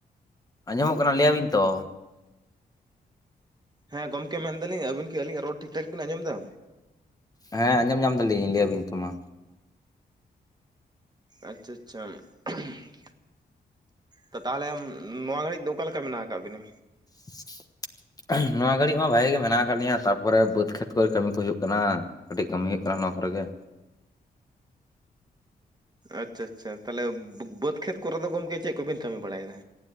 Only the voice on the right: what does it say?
ᱦᱮᱸ ᱜᱚᱢᱠᱮ ᱢᱮᱱ ᱫᱟᱹᱞᱤᱧ ᱟᱹᱵᱤᱱ ᱠᱤ ᱟᱹᱞᱤᱧᱟᱜ ᱨᱚᱲ ᱴᱷᱤᱼᱴᱷᱟᱠ ᱵᱤᱱ ᱟᱸᱡᱚᱢ ᱫᱟ?
ᱟᱪᱷᱟ ᱟᱪᱷᱟᱢ᱾ <unintelligible> ᱛᱚ ᱛᱟᱦᱚᱞᱮᱢ ᱱᱚᱣᱟ ᱜᱷᱟᱹᱲᱤᱡ ᱫᱚ ᱚᱠᱟ ᱞᱮᱠᱟ ᱢᱮᱱᱟᱜ ᱟᱠᱟᱜ ᱵᱤᱱᱟ?
ᱟᱪᱷᱟ ᱟᱪᱷᱟ ᱛᱟᱦᱚᱞᱮ ᱵᱟᱹ ᱵᱟᱹᱫᱽ ᱠᱷᱮᱛ ᱠᱚᱨᱮ ᱫᱚ ᱜᱚᱢᱠᱮ ᱪᱮᱜ ᱠᱚᱵᱤᱱ ᱠᱟᱹᱢᱤ ᱵᱟᱲᱟᱭ ᱫᱟ?